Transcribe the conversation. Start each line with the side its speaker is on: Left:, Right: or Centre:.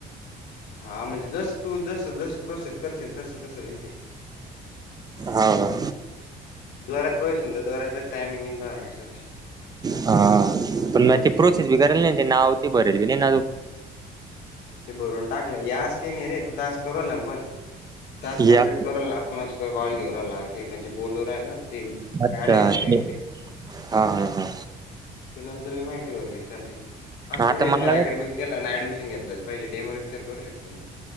Left: हा म्हणजे जस तू जस जस प्रोसेस करशील तस तसं होईन ते.
Right: हा हा!
Left: जोरात पळशील तं जोरात टामिंग <unintelligible>
Right: हा पण म्या ती प्रोसेस बी करेल नइ ते नाव ते भरेल बी नाही ना अजु.
Left: ते भरवून टाकलं ये आस काई नही रे तू टास्क करु राहिला नं पण टास्क
Right: या
Left: कम्प्लीट करल ना कोनाच तरी कॉल घेऊ रायला की म्हणजे बोलू राहिला ना. ते
Right: अच्छा
Left: कार्याचे नाही
Right: ते हा हा हा.
Left: ते नंतर बी माहिती भरलील चालते नं तं
Right: हा
Left: अस
Right: आता
Left: थोडी हे
Right: मला
Left: तू अकेडमिला गेला ना ऍडमिशन घेतलच पाहिजे डेमो विचार करू शकतो नं तू